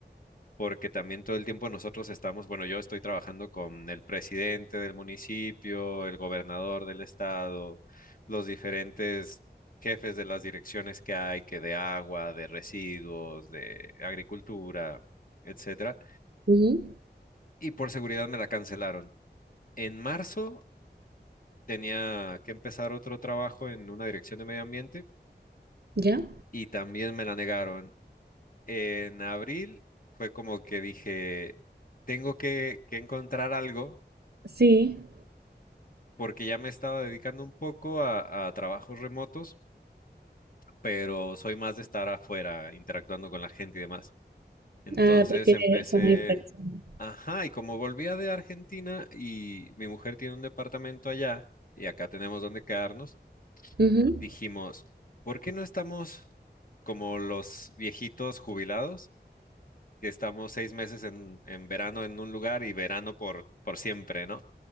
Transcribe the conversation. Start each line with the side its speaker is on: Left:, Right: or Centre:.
Left: porque también todo el tiempo nosotros estamos, bueno, yo estoy trabajando con el presidente del municipio, el gobernador del estado, los diferentes jefes de las direcciones que hay, que de agua, de residuos, de agricultura, etcétera,
Right: Ujú,
Left: y por seguridad me la cancelaron. En marzo tenía que empezar otro trabajo en una dirección de medio ambiente
Right: ¿Ya?
Left: y también me la negaron. En abril fue como que dije, tengo que, que encontrar algo
Right: Sí.
Left: porque ya me estaba dedicando un poco a, a trabajos remotos, pero soy más de estar afuera, interactuando con la gente y demás. Entonces
Right: Ah, prefieres
Left: empecé,
Right: eso, más interacción.
Left: ajá, y como volvía de Argentina y mi mujer tiene un departamento allá y acá tenemos donde quedarnos.
Right: Ujú.
Left: dijimos, ¿por qué no estamos como los viejitos jubilados, que estamos seis meses en, en verano en un lugar y verano por, por siempre, ¿no?